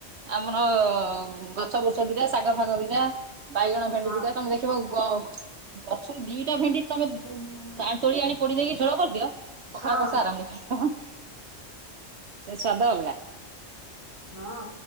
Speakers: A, on the right; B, on the right.
A: ଆମର ଗଛ ବୁରଛ ଦିଟା ଶାଗ ଫାଗ ଦିଟା ବାଇଗଣ ଭେଣ୍ଡି
B: ହଁ
A: ଦିଟା ତମେ ଦେଖିବ ଗ ଗଛୁରୁ ଦିଇଟା ଭେଣ୍ଡି ତମେ ଉଁ ଆ ତୋଳି ଆଣି ପୋଡି଼ ଦେଇକି ଝୋଳ କରିଦିଅ
B: ହଁ
A: ପଖାଳ କଂସା ଆରାମରେ ଖାଇଦବ। ସେ ସ୍ଵାଦ ଅଲଗା।
B: ହଁଅଁ